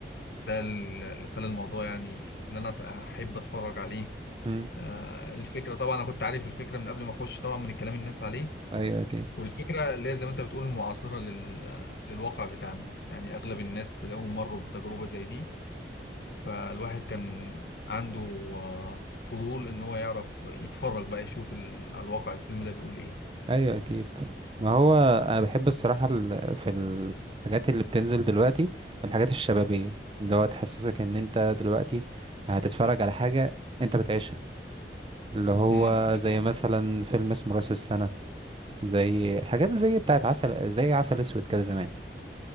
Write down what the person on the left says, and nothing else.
ده اللي خلى الموضوع يعني إن أنا أحب أتفرج عليه
آه، الفكرة طبعا أنا كنت عارف الفكرة من قبل ما أخش طبعا من الكلام الناس عليه
والفكرة اللي هي زي ما انت بتقول معاصرة لل... للواقع بتاعنا يعني اغلب الناس لقوا مروا بتجربة زي دي فالواحد كان عنده آه، فضول ان هو يعرف يتفرج بقى يشوف ال... على الواقع الفيلم ده بيقول ايه
امم بالظبط